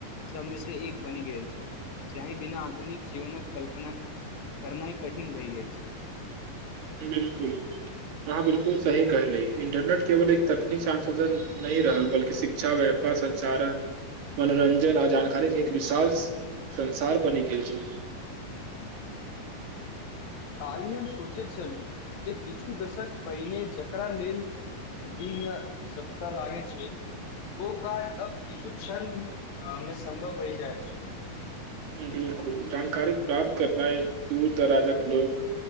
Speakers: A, on the left; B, on the right.
A: सबमे से एक बनि गेल छै। जी बिना आधुनिक जीवनक कल्पना करनाइ कठिन भइ गेलल छै।
B: बिलकुल अहाँ बिलकुल सही कह ली इन्टरनेट केवल एक तकनीक सासाधन नहि रहल बल्कि शिक्षा व्यापार संसारन मनोरञ्जन आ जानकारीक एक विशाल संसार बनि गेल छै।
A: काल्हि हम सोचैत छलहुँ जे किछु दशक पहिने जकरा लेल दिन या सप्ताह लागै छै ओ काज अब किछु क्षण मे सम्भव बहि जाइत छै।
B: बिलकुल जानकारी प्राप्त करनाइ दूर दराजक लोक